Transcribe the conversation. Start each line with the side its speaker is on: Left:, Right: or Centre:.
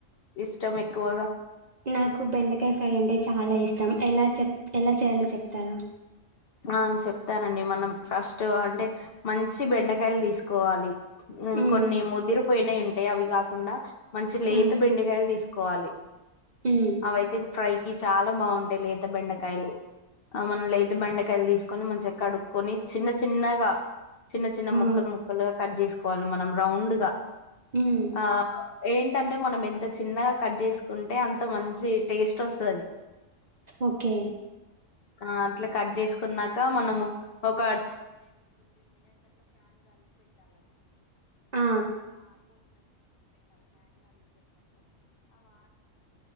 Left: ఇష్టం ఎక్కువగా
Right: నాకు బెండకాయ ఫ్రై అంటే చాలా ఇష్టం. ఎలా చెప్ ఎలా చేయాలో చెప్తారా.
Left: ఆ చెప్తానండి. మనం ఫస్ట్ అంటే మంచి బెండకాయలు తీసుకోవాలి. ఉహ్
Right: మ్,
Left: కొన్ని ముదిరిపోయినాయ్. ఉన్ టే అవి గాక్ మంచి లేత
Right: ఆ,
Left: బెండకాయలు తీసుక్ కోవాలి
Right: మ్,
Left: అవాయితే ఇది ఫ్రై ఈ చాలా బాగుంటయ్ లేత బెండకాయలు. ఆ మన్ లేత బెండ్ కాయలు తీసుకొని, మంచిగా కడుక్కొని, చిన్న చిన్నగా, చిన్న చిన్న
Right: ఆ,
Left: ముక్కలు ముక్కలుగా కట్ చేసుకోవాలి మనం రౌండ్ గా.
Right: ఉమ్
Left: ఆ ఏంటంటే మనం ఎంత చిన్నగా కట్ చేసుకుంటే అంత మంచి టేస్ట్ వస్తది.
Right: ఓకే
Left: ఆ అట్లా కట్ చేస్ కున్నాక. మనము ఒక
Right: ఆ!